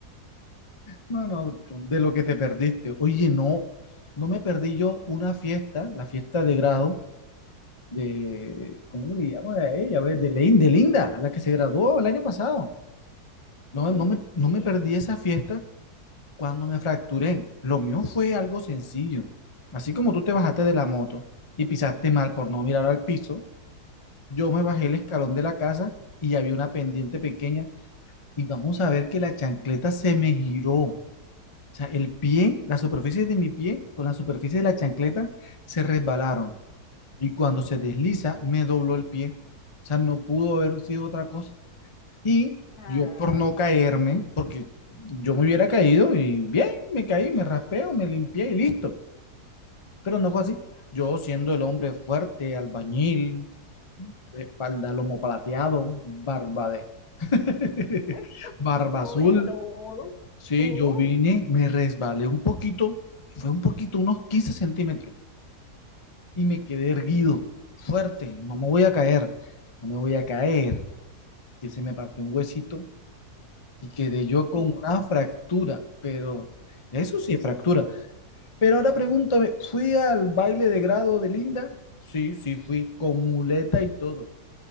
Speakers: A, on the left (about 25°); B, on the left (about 65°).
A: No, no, tú- de lo que te perdiste. Oye, no, no me perdí yo una fiesta, la fiesta de grado de, ¿cómo que le llaman a ella? A ver, de Lin- de Linda, la que se graduó el año pasado. No,
B: Ujú,
A: no me, no
B: sí.
A: me perdí esa fiesta cuando me fracturé. Lo mío fue algo sencillo. Así como tú te bajaste de la moto y pisaste mal por no mirar al piso, yo me bajé el escalón de la casa y había una pendiente pequeña y vamos a ver que la chancleta se me giró. O sea, el pie, la superficie de mi pie con la superficie de la chancleta se resbalaron. Y cuando se desliza, me dobló el pie. O sea, no pudo haber sido otra cosa. Y
B: Ay.
A: yo por no caerme, porque yo me hubiera caído y bien, me caí, me raspeo, me limpié y listo. Pero no fue así. Yo siendo el hombre fuerte, albañil, espalda lomo plateado, barba de... <laughs>
B: <laughs>
A: barba
B: Sobre
A: azul.
B: todo,
A: Sí,
B: uff,
A: yo vine, me resbalé un poquito, fue un poquito, unos 15 centímetros, y me quedé erguido, fuerte, no me voy a caer, no me voy a caer, que se me partió un huesito y quedé yo
B: viste,
A: con una fractura, pero eso sí es fractura. Pero ahora pregúntame, ¿fui al baile de grado de Linda? Sí, sí, fui con muleta y todo.